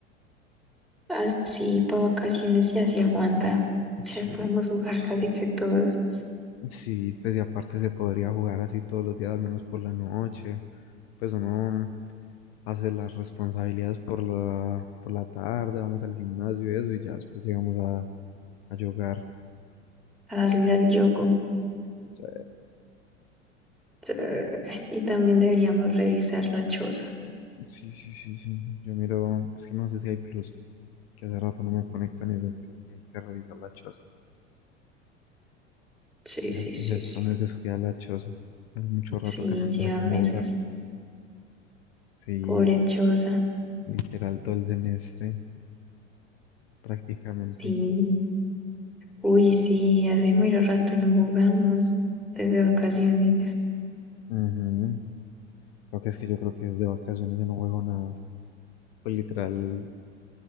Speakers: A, in the centre; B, on the left (about 55°).
A: Así para vacaciones y así aguanta. Ya
B: Sí.
A: podemos jugar casi que todos.
B: Sí, pues y aparte se podría jugar así todos los días, al menos por la noche. Pues uno hace las responsabilidades por la, por la tarde, vamos al gimnasio y eso, y ya después llegamos a, a jugar.
A: a darle al yogur.
B: Sí,
A: Sí, Y también deberíamos revisar la choza.
B: sí, sí, sí, sí. Yo miro, es que no sé si hay plus, que hace rato no me conecto en eso, pero sí hay que revisar la choza.
A: Sí, sí,
B: Ya,
A: sí,
B: ya está
A: sí.
B: muy descuidada la choza. Hace mucho rato
A: Sí,
B: que no
A: lleva
B: me tengo
A: meses.
B: a jugar. Sí,
A: Pobre choza.
B: literal todo el semestre, prácticamente.
A: Sí. Uy, sí, hace mero rato no jugamos. Desde vacaciones.
B: Ujú. Creo que es que yo creo que es de vacaciones, yo no juego nada. Pues literal,